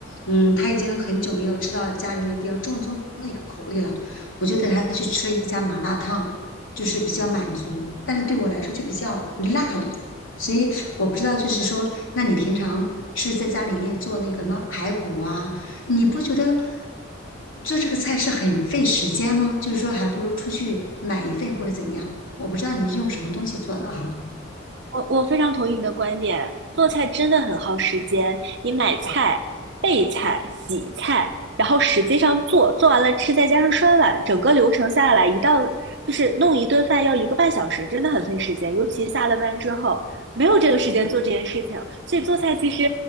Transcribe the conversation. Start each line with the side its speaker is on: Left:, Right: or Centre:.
Left: 嗯，他已经很久没有吃到家里面比较正宗的一个口味了，我就带他去吃了一家麻辣烫，就是比较满足，但是对我来说就比较辣了，所以我不知道，就是说，那你平常是在家里面做那个什么排骨啊，你不觉得做这个菜是很费时间吗？就是说，还不如出去买一份或者怎样？我不知道你是用什么东西做的哈。
Right: 我我非常同意你的观点，做菜真的很耗时间。你买菜、备菜、洗菜，然后实际上做，做完了吃，再加上刷碗，整个流程下来，一道就是弄一顿饭要一个半小时，真的很费时间。尤其下了班之后，没有这个时间做这件事情，所以做菜其实，